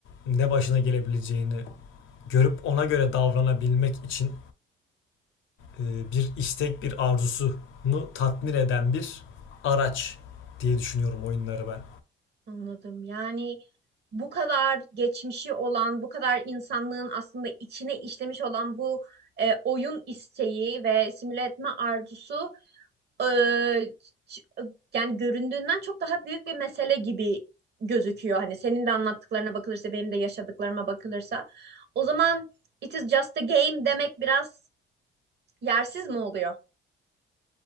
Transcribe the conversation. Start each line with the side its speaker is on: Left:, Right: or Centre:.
Left: ne başına gelebileceğini görüp ona göre davranabilmek için e, bir istek, bir arzusunu tatmin eden bir araç diye düşünüyorum oyunları ben.
Right: anladım. Yani bu kadar geçmişi olan, bu kadar insanlığın aslında içine işlemiş olan bu e, oyun isteği ve simüle etme arzusu eee, ç- yani göründüğünden çok daha büyük bir mesele gibi gözüküyor. Hani senin de anlattıklarına bakılırsa, benim de yaşadıklarıma bakılırsa. O zaman it is just a game demek biraz yersiz mi oluyor?